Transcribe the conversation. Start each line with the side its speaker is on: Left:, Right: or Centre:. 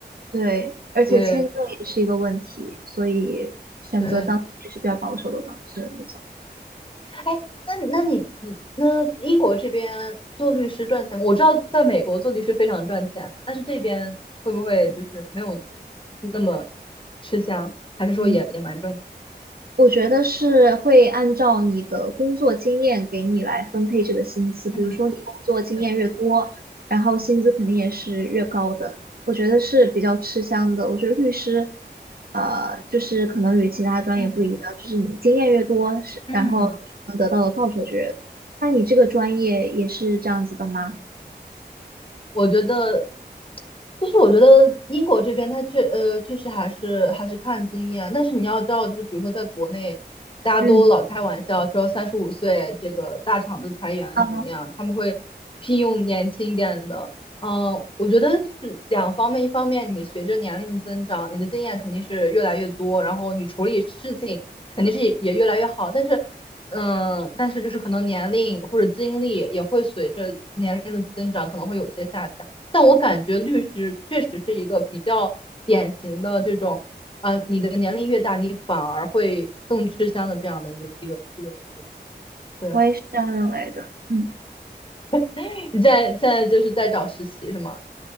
Right: 对，而且签证也是一个问题，
Left: 对
Right: 所以选择当也是比较保守的方式，
Left: 对，
Right: 没错。
Left: 哎，那那你你那英国这边做律师赚钱吗？我知道在美国做律师非常赚钱，但是这边会不会就是没有那么吃香，还是说也也蛮赚钱？
Right: 嗯我觉得是会按照你的工作经验给你来分配这个薪资，比如说你工作经验越多，
Left: 嗯，对，
Right: 然后薪资肯定也是越高的。我觉得是比较吃香的。我觉得律师，呃，就是可能与其他专业不一样，
Left: 嗯
Right: 就是你经验越多，是然后你能得到的报酬就越多。
Left: 嗯。
Right: 那你这个专业也是这样子的吗？
Left: 我觉得，就是我觉得英国这边它确呃确实还是还是看经验啊，但是你要知道，就是比如说在国内，大家都老开玩笑说三十五岁这个大厂就裁员怎么样，
Right: 嗯，啊，
Left: 他们会聘用年轻一点的。嗯、我觉得就是两方面，一方面你随着年龄的增长，你的经验肯定是越来越多，然后你处理事情肯定是也也越来越好，但是。嗯，但是就是可能年龄或者经历也会随着年龄的增长可能会有些下降。但我感觉律师确实是一个比较典型的这种，啊、你的年龄越大，你反而会更吃香的这样的一个一个一个职业。对，
Right: 我也是这样认为的。嗯。
Left: <laughs> 你在现在就是在找实习是吗？